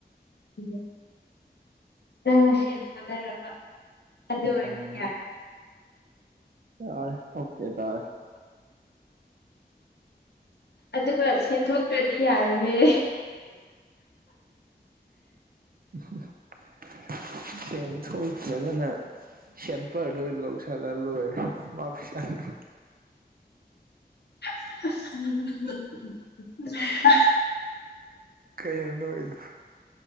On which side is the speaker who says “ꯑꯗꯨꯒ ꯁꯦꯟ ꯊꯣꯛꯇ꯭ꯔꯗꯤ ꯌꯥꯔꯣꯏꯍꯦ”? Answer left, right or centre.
Left